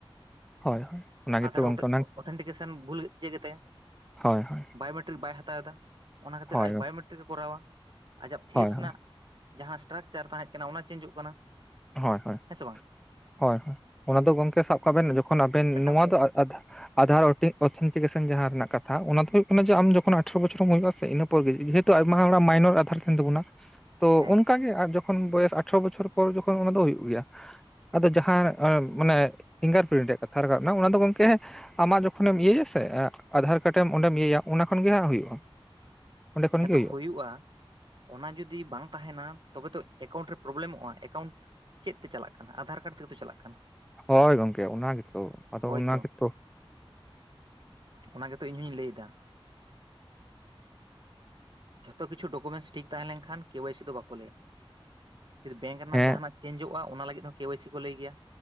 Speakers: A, in the centre; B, on the right.
A: ᱦᱳᱭ ᱦᱳᱭ ᱚᱱᱟ ᱜᱮᱛᱚ
B: ᱟᱫᱷᱟᱨ <inaudible>
A: ᱜᱚᱝᱠᱮ ᱚᱱᱟ
B: ᱵᱷᱩᱞ ᱪ ᱜᱮᱛ
A: ᱦᱳᱭ ᱦᱳᱭ
B: ᱵᱟᱭᱳᱢᱮᱴᱨᱤᱠ ᱵᱟᱭ ᱦᱟᱛᱟᱣ ᱮᱫᱟ ᱚᱱᱟ ᱠᱷᱟᱹᱛᱤᱨ
A: ᱦᱳᱭ
B: ᱟᱡ
A: ᱜᱚᱝᱠᱮ
B: ᱵᱟᱭᱳᱢᱮᱴᱨᱤᱠ ᱮ ᱠᱚᱨᱟᱣᱟ ᱟᱡᱟᱜ ᱯᱷᱮᱥ
A: ᱦᱳᱭ
B: ᱨᱮᱱᱟᱜ
A: ᱦᱳᱭ
B: ᱡᱟᱦᱟᱸ ᱥᱴᱨᱟᱠᱪᱟᱨ ᱛᱟᱦᱮᱸ ᱠᱟᱱᱟ ᱚᱱᱟ ᱪᱮᱧᱡᱚᱜ ᱠᱟᱱᱟ᱾
A: ᱦᱳᱭ ᱦᱳᱭ
B: ᱦᱮᱸ ᱥᱮ ᱵᱟᱝ
A: ᱦᱳᱭ ᱦᱳᱭ ᱚᱱᱟ ᱫᱚ ᱜᱚᱝᱠᱮ ᱥᱟᱵᱟᱜ ᱵᱮᱱ ᱡᱚᱠᱷᱚᱱ ᱟᱵᱮᱱ
B: ᱢᱤᱫᱴᱟᱝ
A: <inaudible> ᱱᱚᱣᱟ
B: ᱩ
A: ᱫᱚ ᱟᱫᱷᱟᱨ <inaudible> ᱡᱟᱦᱟᱸ ᱨᱮᱱᱟᱜ ᱠᱟᱛᱷᱟ ᱚᱱᱟ ᱫᱚᱳᱭ ᱠᱟᱱᱟ ᱡᱮ ᱟᱚᱠᱷ ᱟᱴᱷᱚᱷᱚᱨ ᱦᱳ ᱦᱩᱭᱩᱜᱜᱥ ᱤᱱᱟᱹ <inaudible> ᱟᱭᱢᱟ ᱦᱚᱲᱟᱜ ᱢᱟᱭᱱᱨ ᱟᱫᱷᱟᱨ ᱛᱟᱦᱮᱱ ᱛᱟᱵᱚᱱᱟ᱾ ᱛᱚ
B: ᱦᱮᱸ
A: ᱚᱱᱠᱟᱜᱮ ᱟᱨ ᱡᱚᱠᱷᱚᱱ ᱵᱚᱭ ᱟᱴᱷᱨᱚ ᱵᱚᱪᱷᱚᱨ ᱯᱚᱨ ᱡᱚᱠᱷᱚᱱ ᱚᱱᱟ ᱫᱚ ᱦᱩᱭᱩᱜ ᱜᱮᱭᱟ᱾ ᱟᱫᱚ ᱡᱟᱦᱟᱸ ᱢᱟᱱᱮ ᱯᱷᱤᱝᱜᱟᱨ ᱯᱨᱤᱱᱴ ᱨᱮᱭᱟᱜ ᱠᱟᱛᱷᱟ ᱨᱟᱠᱟᱵ ᱮᱱᱟ ᱚᱱᱟ ᱫᱚ ᱜᱚᱝᱠᱮ ᱟᱢᱟᱜ ᱡᱚᱠᱷᱚᱱᱮᱢ ᱤᱭᱟᱹ ᱭᱟ ᱥᱮ ᱟᱫᱷᱟᱨ ᱠᱟᱨᱰᱢ ᱚᱸᱰᱮᱢ ᱤᱭᱟᱹᱭᱟ ᱚᱱᱟ ᱠᱷᱚᱱᱜ ᱜᱮ ᱦᱜ ᱦᱩᱭᱩᱜᱼᱟ ᱚᱸᱰᱮ ᱠᱷᱚᱱ
B: ᱦᱮᱛᱚ
A: ᱜᱮ
B: ᱦᱩᱭᱩᱜᱼᱟ ᱚᱱᱟ ᱡᱩᱫᱤ ᱵᱟᱝ ᱛᱟᱦᱮᱱᱟ ᱛᱚᱵᱮ ᱛᱚ ᱮᱠᱟᱣᱩᱱᱴ ᱨᱮ ᱯᱨᱚᱵᱞᱮᱢᱚᱜᱼᱟ ᱮᱠᱟᱣᱩᱱᱴ ᱪᱮᱫ ᱛᱮ ᱪᱟᱞᱟᱜ ᱠᱟᱱᱟ ᱟᱫᱷᱟᱨ ᱠᱟᱨᱰ ᱛᱮᱜᱮᱛᱚ ᱪᱟᱞᱟᱜ ᱠᱟᱱᱟ᱾
A: ᱦᱳᱭ ᱜᱚᱝᱠᱮ ᱚᱱᱟ ᱜᱮᱛᱚ ᱟᱫᱚ
B: ᱦᱳᱭᱛᱚ
A: ᱚᱱᱟ ᱜᱮᱛᱚ᱾
B: ᱚᱱᱟ ᱜᱮᱛᱚ ᱤᱧᱦᱩᱧ ᱞᱟᱹᱭᱫᱟ᱾ ᱡᱷᱚᱛᱚ ᱠᱤᱪᱷᱩ ᱰᱚᱠᱩᱮᱱᱴᱥ ᱴᱷᱤᱠ ᱛᱟᱦᱮᱸ ᱞᱮᱱᱠᱷᱟᱱ ᱠᱮ ᱣᱟᱭᱥᱤ ᱫᱚ ᱵᱟᱠᱚ ᱞᱟᱹᱭᱟ ᱡᱩᱫᱤ ᱵᱮᱝᱠ ᱨᱮᱱᱟᱜ
A: ᱦᱮᱸ
B: ᱡᱟᱦᱟᱱᱟᱜ ᱪᱮᱧᱡᱚᱜᱼᱟ ᱚᱱᱟ ᱞᱟᱹᱜᱤᱫ ᱦᱚᱸ ᱠᱮ ᱣᱟᱭᱥᱤ ᱠᱚ ᱞᱟᱹᱭ ᱜᱮᱭᱟ